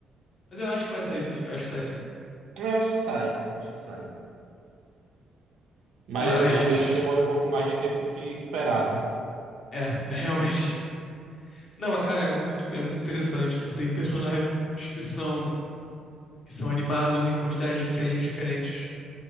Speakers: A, on the left; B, on the right.
A: Mas eu acho que vai sair sim, eu acho que sai sim.
B: Eu acho que sai, acho que sai. Mas
A: Mas.
B: eh, talvez demore um pouco mais de tempo do que esperado.
A: É, é realmente. Não, mas, cara, é muito, é muito interessante. Tipo, tem personagens que são, que são animados em quantidades de frames diferentes.